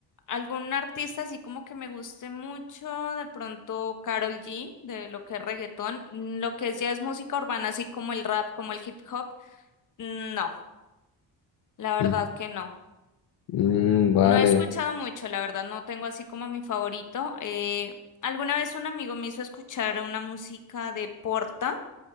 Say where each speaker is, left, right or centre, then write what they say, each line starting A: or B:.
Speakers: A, on the left; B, on the left.
A: algún artista así como que me guste mucho, de pronto Carol G, de lo que es reggaetón, Mm, lo que es ya es música urbana, así como el rap, como el hip hop, no, la verdad
B: Mm,
A: que no.
B: mm, vale.
A: No he escuchado mucho, la verdad, no tengo así como mi favorito. Eh, alguna vez un amigo me hizo escuchar una música de Porta